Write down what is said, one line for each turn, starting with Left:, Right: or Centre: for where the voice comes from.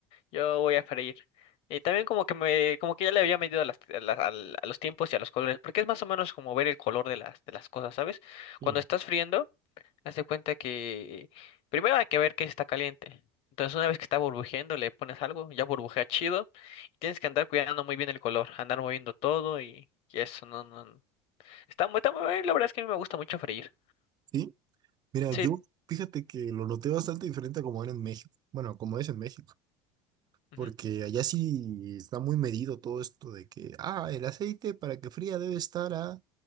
Left: Yo voy a freír. Y también como que me, como que ya le había medido a, las- a las- al- a los tiempos y a los colores, porque es más o menos como ver el color de las, de las cosas, ¿sabes?
Right: Sí.
Left: Cuando estás friendo Haz de cuenta que primero hay que ver que está caliente. Entonces, una vez que está burbujeando, le pones algo, ya burbujea chido. Y tienes que andar cuidando muy bien el color, andar moviendo todo y, y eso, no, no. no. Está muy, está muy bien, la verdad es que a mí me gusta mucho freír.
Right: ¿Sí? Mira,
Left: Sí,
Right: yo fíjate que lo noté bastante diferente a como era en México. Bueno, como es en México.
Left: ujú,
Right: Porque allá sí está muy medido todo esto de que, ah, el aceite para que fría debe estar a